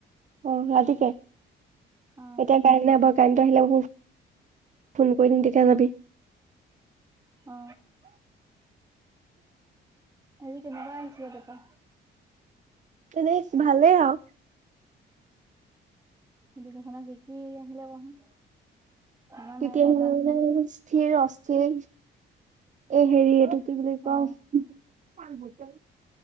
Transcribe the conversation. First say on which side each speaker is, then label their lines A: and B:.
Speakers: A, on the right; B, on the right.
A: অ ৰাতি কে
B: অ
A: এতিয়া কাইলে বা কাৰেনটো আহিলে <unintelligible> ফোন কৰি দিম তেতিয়া
B: অ
A: যাবি
B: অ আজি কেনকা আহিছিলে পেপা
A: এনেই ভালে আও
B: <unintelligible> কি কি আহিলে কচোন মনত
A: কি
B: নাই
A: কি
B: নে
A: আহিলে
B: এটাও
A: মানে স্থিৰ অস্থিৰ এ হেৰি এইটো কি বুলি ক
B: অ